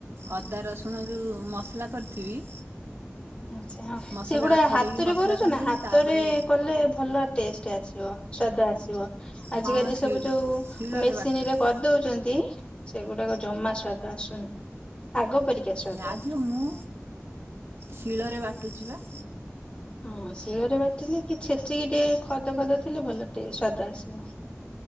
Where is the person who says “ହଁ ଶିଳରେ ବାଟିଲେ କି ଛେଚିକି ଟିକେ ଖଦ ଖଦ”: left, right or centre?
Left